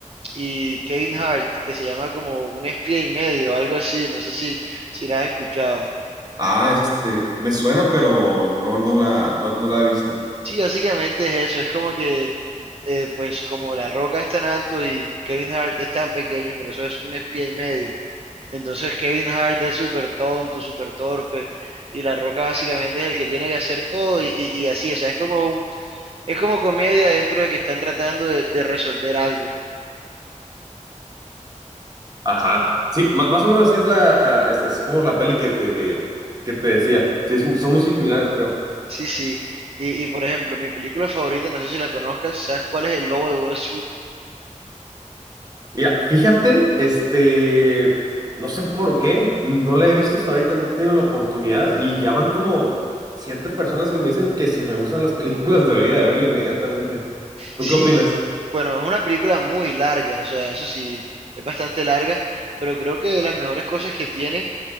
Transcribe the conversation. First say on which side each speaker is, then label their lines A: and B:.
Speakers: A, on the right; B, on the right.
A: y Kevin Hart, que se llama como Un espía y medio, algo así, no sé si, si la has escuchado.
B: Ah, este, me suena, pero no, no la, no, no la he visto.
A: Sí, básicamente es eso, es como que, eh, pues como La Roca es tan alto y Kevin Hart es tan pequeño, por eso es un espía y medio. Entonces Kevin Hart es súper tonto, súper torpe, y La Roca básicamente es el que tiene que hacer todo y, y- y así, o sea, es como un, es como comedia dentro de que están tratando de de resolver algo.
B: Ajá. Sí, ma- más o menos sí es la, es, es como la peli que te, que te decía. Sí, es- son muy similares, creo.
A: Sí, sí. Y, y por ejemplo, mi película favorita, no sé si la conozcas, ¿sabes cuál es El Lobo de Wall Street?
B: Mira, fíjate, este, no sé por qué, no la he visto hasta ahorita, no he tenido la oportunidad y ya van como siete personas que me dicen que si me gustan las <laughs> películas debería de verla inmediatamente. ¿Tú
A: Sí,
B: qué opinas?
A: bueno, es una película muy larga, o sea, eso sí, es bastante larga, pero creo que de las mejores cosas que tiene